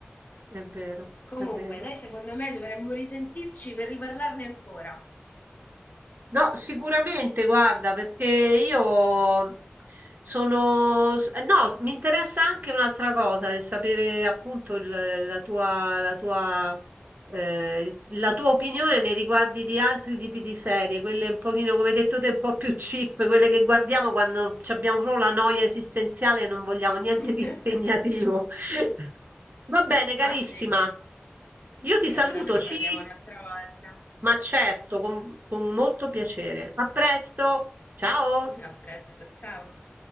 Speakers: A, on the right; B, on the left.
A: è vero,
B: Comunque,
A: è vero.
B: noi secondo me dovremmo risentirci per riparlarne ancora.
A: No, sicuramente, guarda, perché io sono... s- eh, No, s- mi interessa anche un'altra cosa, il sapere appunto il- la tua, la tua, eh, il- la tua opinione nei riguardi di altri tipi di serie, quelle un pochino, come hai detto te, un po' più cheap, quelle che guardiamo quando ci abbiamo proprio la noia esistenziale e non vogliamo
B: <laughs>
A: niente di impegnativo. <laughs> Va bene, carissima.
B: Ah sì,
A: Io ti saluto,
B: e allora ne riparliamo
A: ci
B: un'altra volta.
A: ma certo, con con molto piacere. A presto! Ciao!
B: <laughs> A presto, ciao.